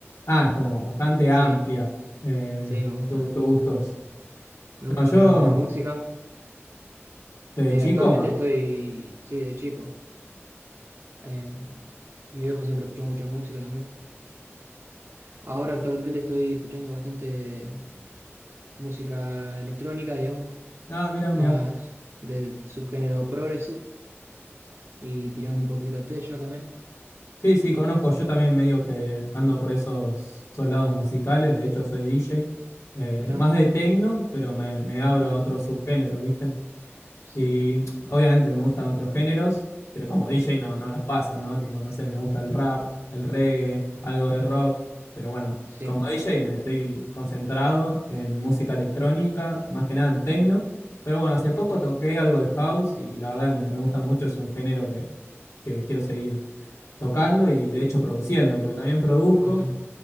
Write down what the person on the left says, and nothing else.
Ah, es como bastante
amplia eh,
tu- tus gustos.
No,
yo,
de
chico.
Ah, mira, mira.
Sí, sí,
conozco.
Yo también medio que ando por esos, esos lados musicales. De hecho, soy DJ. eh,
más de techno, pero me, me abro
a otros subgéneros, ¿viste?
Y obviamente me gustan otros géneros, pero como DJ no, no los paso, ¿no? Tipo, no sé, me gusta el rap, el reggae,
algo de rock. Pero bueno,
como DJ me estoy concentrado en música electrónica, más que nada en techno. Pero bueno, hace poco toqué algo de house y la verdad que me, me
gusta
mucho. Es un género que que quiero seguir tocando y de hecho produciendo, porque también produzco.